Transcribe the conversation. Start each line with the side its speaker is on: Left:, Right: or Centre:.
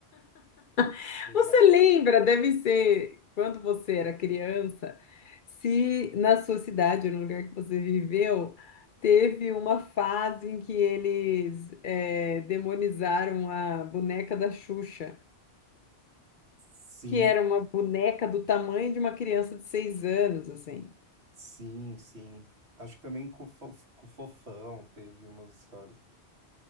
Left: <laughs>
Right: Exato.
Left: Você lembra, deve ser, quando você era criança, se na sua cidade, no lugar que você viveu, teve uma fase em que eles eh, demonizaram a boneca da Xuxa.
Right: Sim,
Left: que era uma boneca do tamanho de uma criança de seis anos, assim.
Right: sim, sim. Acho que também com o Fof- com o Fofão teve umas histórias.